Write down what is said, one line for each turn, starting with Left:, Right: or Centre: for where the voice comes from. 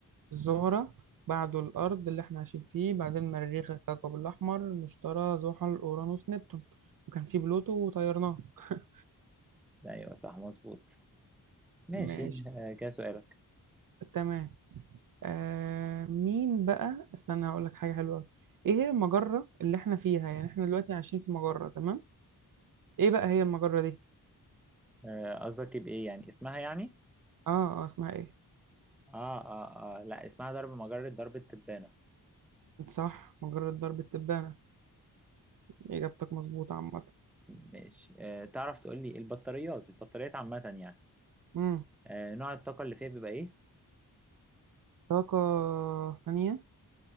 Right: الزهرة بعده الأرض اللي احنا عايشين فيه بعدين مريخ الكوكب الأحمر المشتري زحل أورانوس نبتون وكان فيه بلوتو وطيرناه <laughs>
Centre: ايوه صح مظبوط ماشي
Right: ماشي
Centre: مم. آه، كده سؤالك
Right: تمام آه مين بقى استنى هقول لك حاجة حلوة ايه هي المجرة اللي احنا فيها يعني احنا دلوقتي عايشين في مجرة تمام ايه بقى هي المجرة دي
Centre: آه، قصدك بايه يعني اسمها يعني
Right: اه اه اسمها ايه
Centre: اه اه اه لا اسمها ضرب مجرة ضرب التبانة
Right: صح مجرة درب التبانة إجابتك مظبوطة عامة
Centre: ماشي آه تعرف تقول لي البطاريات البطاريات عامة يعني
Right: مم.
Centre: آه نوع الطاقة اللي فيها بيبقى ايه
Right: طاقة ثانية